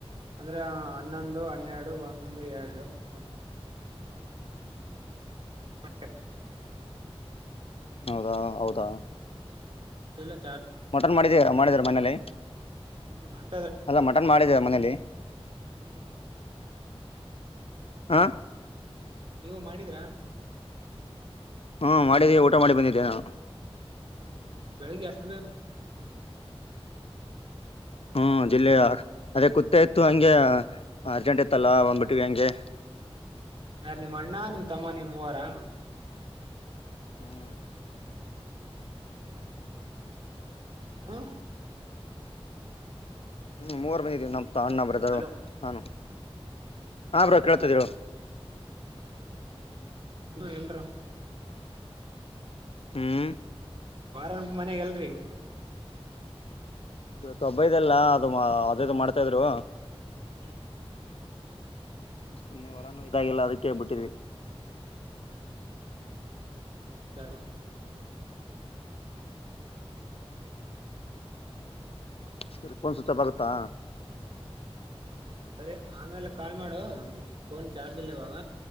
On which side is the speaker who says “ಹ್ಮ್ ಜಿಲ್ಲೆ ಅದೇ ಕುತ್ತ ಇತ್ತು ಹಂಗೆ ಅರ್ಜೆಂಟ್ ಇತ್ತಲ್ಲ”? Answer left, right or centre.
Left